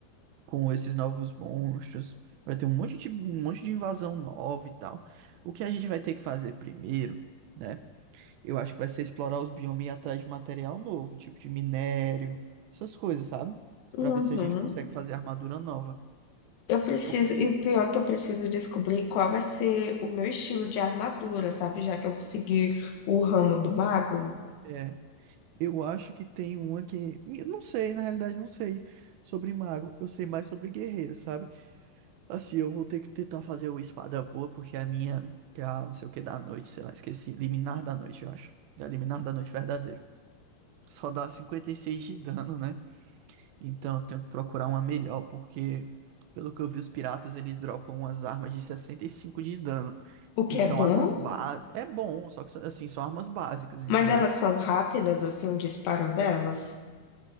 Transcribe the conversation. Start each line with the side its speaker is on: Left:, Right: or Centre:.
Right: com esses novos monstros. Vai ter um monte de, um monte de invasão nova e tal. O que a gente vai ter que fazer primeiro, né? Eu acho que vai ser explorar os biomas e ir atrás de material novo, tipo de minério, essas coisas, sabe?
Left: uhum.
Right: Pra ver se a gente consegue fazer armadura nova.
Left: Eu preciso,
Right: Porque.
Left: e o pior é que eu preciso descobrir qual vai ser o meu estilo de armadura, sabe? Já que eu segui o ramo do mago,
Right: É. Eu acho que tem uma que. Eu não sei, na realidade, não sei sobre mago. Eu sei mais sobre guerreiro, sabe? Assim, eu vou ter que tentar fazer o espada boa, porque a minha, que é a não sei o que da noite, sei lá, esqueci. Liminar da noite, eu acho. É a liminar da noite verdadeiro. Só dá 56 de dano, né? Então eu tenho que procurar uma melhor, porque, pelo que eu vi, os piratas eles dropam umas armas de 65 de dano.
Left: o que
Right: E são
Left: é bom,
Right: armas básicas. É bom, só que assim, são armas básicas, entendeu?
Left: mas elas são rápidas, assim, o disparo delas.